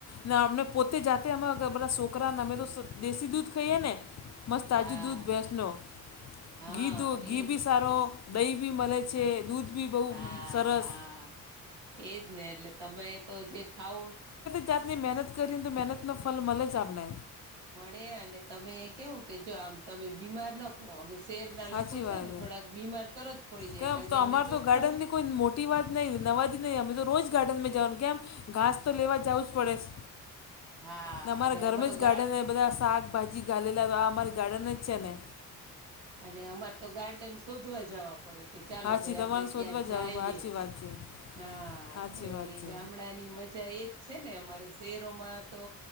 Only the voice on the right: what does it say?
હા
હા
એજ
હા
હા એજ ને એટલે તમે તો જે ખાવું
મળે અને તમે કેવું કે જો આમ તમે બીમાર ન પણ અમે શહેરના
લોકો છે
ને થોડાક બીમાર તરત પડી જાય
કારણ
કે અમને
ચોખ્ખું
હા
અને
અમાર તો
ગા
અને અમારે તો ગાર્ડન શોધવા જાવા પડે કે ચાલો
ભાઈ
આપડે
ત્યાં જાઈએ
હા
એટલે
ગામડાની મજા એજ છે ને અમારે શહેરોમાં તો